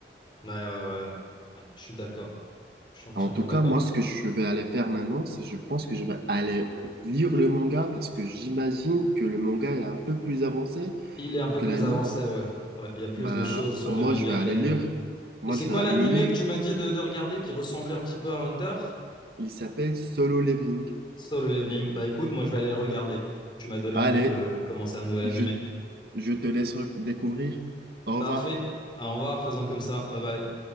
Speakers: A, on the left (about 25°); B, on the right (about 60°).
A: ouais, ouais, ouais. Ouais, je suis d'accord. Je suis entièrement
B: En tout cas,
A: d'accord.
B: moi, ce que je vais aller faire maintenant, c'est je pense que je vais aller lire le manga parce que j'imagine que le manga est un peu plus avancé
A: Il est un peu
B: que
A: plus
B: l'anime.
A: avancé, ouais. Ouais, il y a plus
B: Bah,
A: de choses sur
B: moi,
A: le manga
B: je vais aller
A: que l'anime.
B: lire. Moi,
A: Et c'est
B: je
A: quoi
B: vais aller
A: l'anime
B: le lire.
A: que tu m'as dit de, de regarder qui ressemblait un petit peu à Hunter?
B: Il s'appelle Solo Leveling.
A: Solo Leveling. Bah écoute, moi je vais aller le regarder. Tu m'as donné
B: Allez,
A: envie de, de commencer un nouvel
B: je,
A: animé.
B: je te laisse découvrir. Au revoir.
A: Parfait. Au revoir, faisant comme ça. Bye bye.